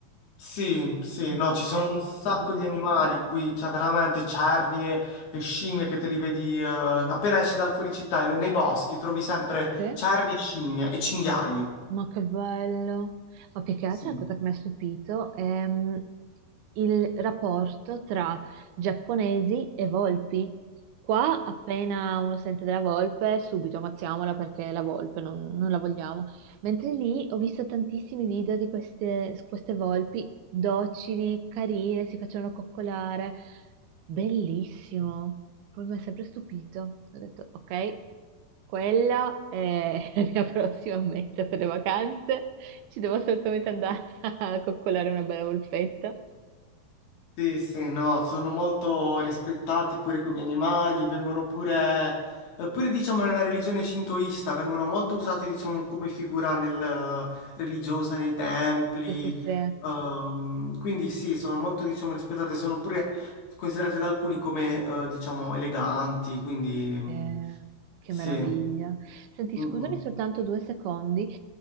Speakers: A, on the left; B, on the right.
A: Sì, sì,
B: Ma
A: no, ci sono un
B: che
A: sacco
B: bello.
A: di animali qui, cioè veramente cervi e, e scimmie che te li vedi eh, appena esci dal fuoricittà, nei nei boschi trovi sempre
B: Sì?
A: cervi e scimmie e cinghiali.
B: Ma che bello! Ma più che altro
A: Sì.
B: la cosa che mi ha stupito è mm, il rapporto tra giapponesi e volpi. Qua appena uno sente della volpe, subito ammazziamola perché è la volpe, non, non la vogliamo. Mentre lì ho visto tantissimi video di queste, queste volpi docili, carine, si facevano coccolare. Bellissimo! Poi mi ha sempre stupito. Ho detto, ok. Quella è la mia <laughs> prossima meta per le vacanze. Ci devo assolutamente andare a coccolare una bella volpetta.
A: Sì, sì, no, sono molto rispettati pure come animali, vengono pure, eh, pure diciamo nella religione shintoista, vengono molto usati diciamo come figura nel, eh, religiosa nei templi,
B: Sì, sì, sì.
A: ehm, quindi sì, sono molto diciamo rispettate, sono pure considerate da alcuni come eh, diciamo eleganti, quindi mm,
B: Eh, che
A: sì,
B: meraviglia. Senti,
A: Mm,
B: scusami
A: mm.
B: soltanto due secondi.